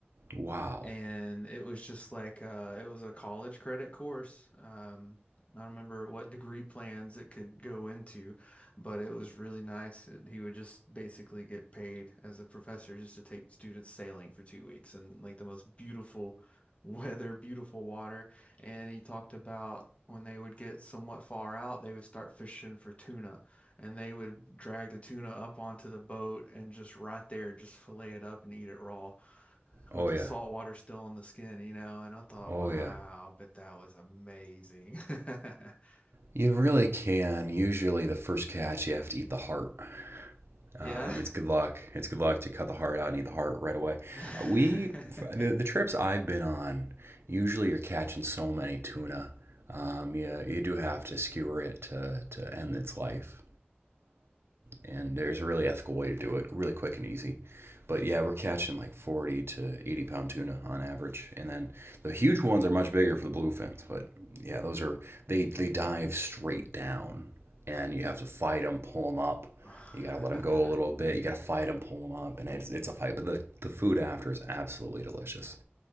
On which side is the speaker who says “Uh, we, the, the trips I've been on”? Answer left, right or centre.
Right